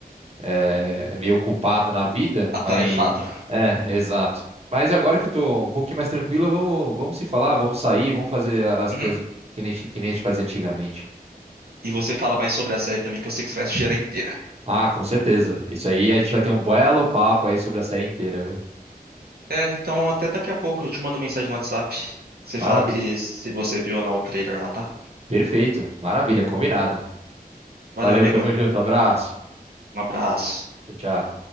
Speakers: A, on the right; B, on the right.
A: é, meio ocupado na vida,
B: Atarefado.
A: mas. É, exato. Mas agora que eu tô um pouquinho mais tranquilo, vamos, vamos se falar, vamos sair, vamos fazer as
B: Uhum.
A: coisas que nem, a gente- que nem a gente fazia antigamente.
B: E você fala mais sobre a série também, que eu sei que você vai assistir ela inteira.
A: Ah, com certeza. Isso aí a gente vai ter um belo papo aí sobre a série inteira, viu?
B: É, então até daqui a pouco eu te mando mensagem no WhatsApp. Você
A: Maravilha.
B: fala que se você viu ou não o trailer lá, tá?
A: Perfeito. Maravilha, combinado. Valeu,
B: Valeu, amigo.
A: tamo junto. Abraço.
B: Um abraço.
A: Tchau, tchau.